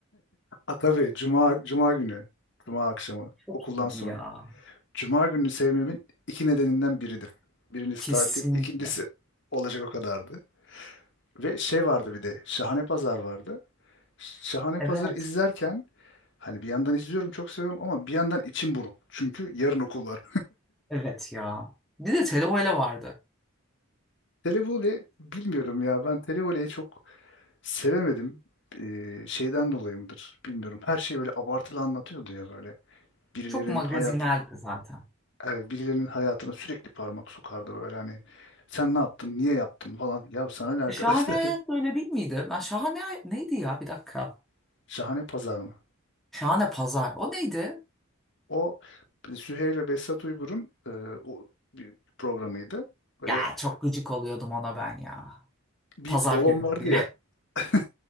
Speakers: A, on the left; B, in the centre.
A: Ha, tabii cuma cuma günü. Cuma akşamı
B: Çok
A: okuldan
B: iyiydi
A: sonra.
B: ya.
A: Cuma gününü sevmemin iki nedeninden biridir. Birincisi
B: Kesinlikle.
A: tatil, ikincisi olacak o kadardı. Ve şey vardı bir de, Şahane Pazar vardı. Şahane
B: Evet.
A: Pazar'ı izlerken, hani bir yandan izliyorum çok seviyorum ama bir yandan içim buruk. Çünkü yarın okul var.
B: Evet ya. Bir de televele vardı.
A: Televole bilmiyorum ya, ben Televole'yi çok sevemedim. Ee, şeyden dolayı mıdır bilmiyorum. Her şey böyle abartılı anlatıyordu ya böyle. Birilerinin
B: Çok magazineldi
A: hayatı
B: zaten.
A: yani birilerinin hayatına sürekli parmak sokardı böyle hani sen ne yaptın, niye yaptın falan. Ya sana ne arkadaşlar?
B: Şahane böyle değil miydi? Ben şahane neydi ya bir dakika.
A: <laughs> Şahane pazar mı?
B: Şahane pazar. O neydi?
A: O e, Süheyl ve Behzat Uygur'un e, o bir programıydı. Böyle
B: Ya çok gıcık oluyordum ona ben ya.
A: bir
B: Pazar
A: balon
B: günü
A: vardı
B: diye.
A: ya. <laughs>